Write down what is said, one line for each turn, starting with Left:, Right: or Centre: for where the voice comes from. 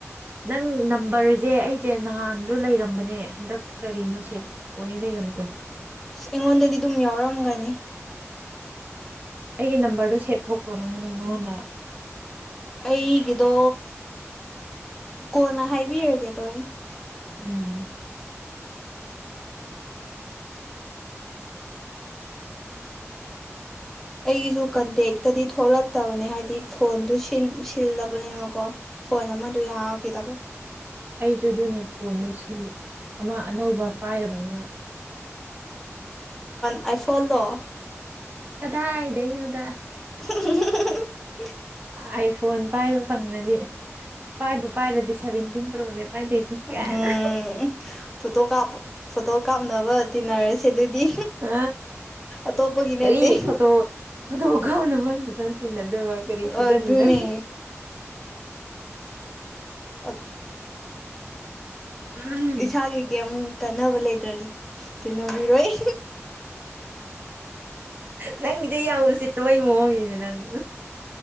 Right: ꯅꯪ ꯅꯝꯕꯔꯁꯦ ꯑꯩꯁꯦ ꯅꯍꯥꯟꯗꯣ ꯂꯩꯔꯝꯕꯅꯦ ꯍꯟꯗꯛ ꯀꯔꯤꯅꯣ ꯁꯦꯞ ꯑꯣꯏꯅ ꯂꯩꯔꯝꯗꯦ
Centre: ꯑꯁ ꯑꯩꯉꯣꯟꯗꯗꯤ ꯑꯗꯨꯝ ꯌꯥꯎꯔꯝꯒꯅꯤ
Right: ꯑꯩꯒꯤ ꯅꯝꯕꯔꯗꯨꯣ ꯁꯦꯞ ꯊꯣꯛꯄ꯭ꯔꯣ ꯅꯪ ꯅꯪꯉꯣꯟꯗ
Centre: ꯑꯩꯒꯤꯗꯣ ꯀꯣꯟꯅ ꯍꯥꯏꯕꯤꯔꯒꯦ ꯇ ꯑꯩ
Right: ꯎꯝ
Centre: ꯑꯩꯒꯤꯁꯨ ꯀꯟꯇꯦꯛꯇꯗꯤ ꯊꯣꯛꯂꯛꯇꯕꯅꯦ ꯍꯥꯏꯕꯗꯤ ꯐꯣꯟꯗꯨ ꯁꯤꯜꯂꯕꯅꯤꯅꯀꯣ ꯐꯣꯟ ꯑꯃꯗ ꯌꯥꯈꯤꯗꯕꯣ
Right: ꯆꯨ ꯑꯗꯨꯅꯦ ꯐꯣꯟꯗꯣ ꯁꯤꯜꯜꯂꯤ ꯑꯃ ꯑꯅꯧꯕ ꯄꯥꯏꯔꯕꯅꯤꯅ
Centre: ꯑꯥꯏꯁꯣꯟꯂꯣ
Right: ꯀꯥꯏꯗꯥꯏꯅꯣꯅꯣꯗ
Centre: <unintelligible>
Right: ꯑꯥꯏꯐꯣꯟ ꯄꯥꯏ ꯐꯪꯉꯗꯤ ꯄꯥꯏꯕꯨ ꯄꯥꯏꯔꯗꯤ ꯁꯚꯦꯟꯇꯤꯟ ꯄꯨꯔꯛꯅꯦ ꯀꯥꯏꯁꯤ ꯀꯥꯏꯅ
Centre: ꯎꯝ ꯐꯣꯇꯣ ꯀꯥꯞ ꯐꯣꯇꯣ ꯀꯥꯞꯅꯕ ꯇꯤꯟꯅꯔꯁꯦ ꯑꯗꯨꯗꯤ
Right: ꯑ
Centre: ꯑꯇꯣꯞꯄꯒꯤ
Right: ꯀꯔꯤ
Centre: ꯅꯠꯇꯦ
Right: ꯐꯣꯇꯣ ꯐꯣꯇꯣ ꯀꯞꯅ ꯑꯃ ꯈꯤꯖꯤꯇꯪ ꯇꯤꯟꯅꯗꯣꯏꯕ ꯀꯔꯤ ꯐꯨꯗꯅꯤꯅꯣ
Centre: ꯑꯗꯨꯅꯦ ꯑꯣ
Right: ꯎꯝ
Centre: ꯏꯁꯥꯒꯤ ꯀꯦꯝ ꯀꯥꯟꯅꯕ ꯂꯩꯇ꯭ꯔꯗꯤ ꯇꯤꯟꯅꯕꯤꯔꯣꯏ
Right: ꯅꯪꯒꯤꯁꯦ ꯌꯥꯝꯁꯤꯠꯇꯕꯩ ꯃꯑꯣꯡꯒꯤꯅꯦꯦ ꯅꯪ